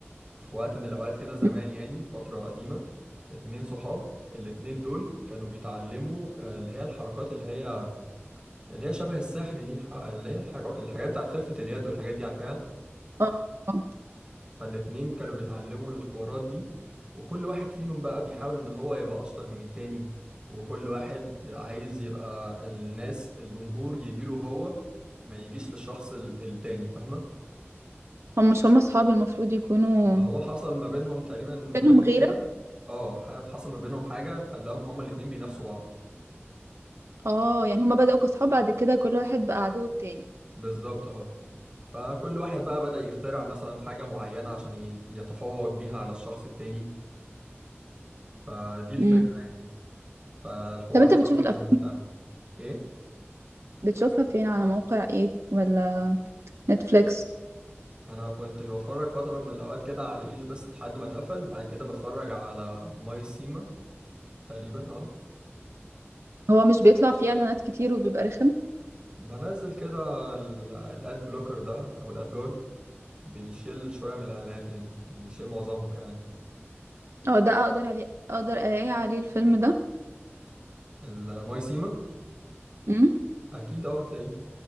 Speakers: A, on the right (about 20°); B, on the right (about 75°).
A: في وقت من الأوقات كده زمان
B: م.
A: يعني فترة قديمة اتنين صحاب الاتنين دول كانوا بيتعلموا آه، اللي هي الحركات اللي هي اللي هي شبه السحر دي آه، اللي هي الحاج- الحاجات بتاعت خفة اليد والحاجات دي عارفاها
B: اه آه.
A: فالاتنين كانوا بيتعلموا الحوارات دي وكل واحد فيهم بقى بيحاول إن هو يبقى أشطر من التاني وكل واحد عايز يبقى الناس الجمهور يجيله هو ما يجيش للشخص ال- التاني فاهمة
B: هم مش هم اصحاب المفروض يكونوا
A: ما هو حصل ما بينهم تقريبا
B: بينهم
A: حاجة
B: غيرة
A: كده اه ح- حصل ما بينهم حاجة خلاهم هما الاتنين بينافسوا بعض
B: اه يعني هما بدأوا كصحاب بعد كده كل واحد بقى عدو التاني
A: بالظبط اه فكل واحد بقى بدأ يخترع مثلا حاجة معينة عشان ي- يتفوق بيها على الشخص التاني فدي الفكرة
B: امم
A: يعني فالحوار
B: طب انت
A: بصراحة
B: بتشوف الأف...
A: كان ممتع أوي ايه
B: بتشوفها فين على موقع ايه ولا نتفليكس
A: انا كنت بتفرج فترة من الاوقات كده على ايجي بس لحد ما اتقفل بعد كده بتفرج على ماي سيما تقريبا اه
B: هو مش بيطلع فيه اعلانات كتير وبيبقى رخم
A: بنزل كده ال- الاد بلوكر ده او الاد جارد بيشيل شوية من الإعلانات يعني بيشيل معظمهم كمان
B: اه ده اقدر عليه اقدر الاقي عليه الفيلم ده
A: المايسيما
B: امم
A: أكيد أه هتلاقيه